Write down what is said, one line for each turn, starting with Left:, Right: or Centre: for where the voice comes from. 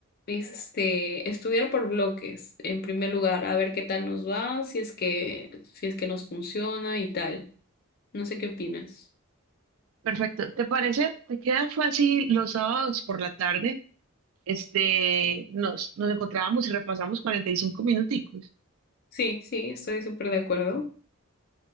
Left: es este estudiar por bloques, en primer lugar, a ver qué tal nos va, si es que, si es que nos funciona y tal. No sé qué opinas.
Right: perfecto. ¿Te parece? ¿Te queda fácil los sábados por la tarde? este, nos, nos encontrábamos y repasamos 45 minuticos,
Left: Sí, sí, estoy súper de acuerdo.